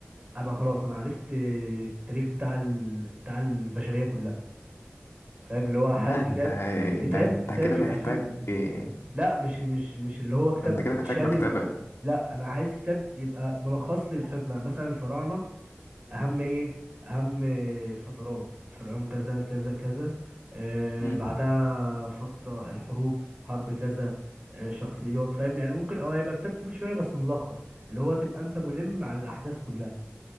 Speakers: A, on the right; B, on the left.
A: أبقى خلاص أنا عرفت التاريخ بتاع ال... بتاع البشرية كلها فاهم اللي هو ح-
B: لا
A: كتاب
B: انت
A: كتاب
B: ده انت
A: كتاب
B: كده
A: يبقى
B: محتاج
A: فيه
B: ده
A: لا مش مش مش اللي هو كتاب
B: انت كده محتاج
A: شامل
B: مكتبة
A: لا أنا عايز كتاب يبقى ملخص لي الحكمة مثلا الفراعنة اهم ايه اهم فترات فرعون كذا كذا كذا آه
B: امم
A: بعدها فترة الحروب حرب كذا آه شخصيات فاهم يعني ممكن او هيبقى كتاب كبير شوية بس ملخص اللي هو تبقى انت ملم عن الاحداث كلها